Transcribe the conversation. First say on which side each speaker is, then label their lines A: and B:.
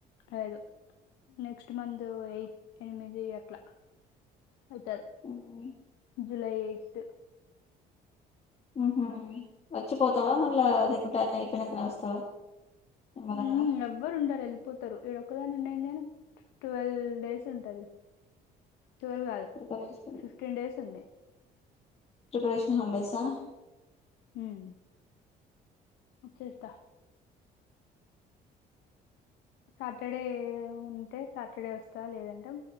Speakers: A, on the left (about 80°); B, on the left (about 35°).
A: అయిదు నెక్స్ట్ ఇట్ మందో ఎయి ఎనిమిది అట్లా అయిత
B: మ్మ్
A: జులై ఎయిట్
B: హ్మ్ హు వచ్చిపోతావా మళ్ళా లేకుంటే అన్నీ అయిపోయినంకనే వస్తావా నిమ్మలంగా
A: హ్మ్ ఎవ్వరు ఉండారు వెళ్ళిపోతారు ఇక్కడ ఒక్కదాన్ని ఉండి ట్వల్వ్ డేస్ ఉంటది ట్వెల్వ్ కాదు
B: ప్రపరేషన్
A: ఫిఫ్టీన్ డేస్ ఉంది
B: ప్రిపరేషన్ హాలిడేసా
A: హ్మ్ వచ్చేస్తా సాటర్డే ఉంటే సాటర్డే వస్ తా లేదంటే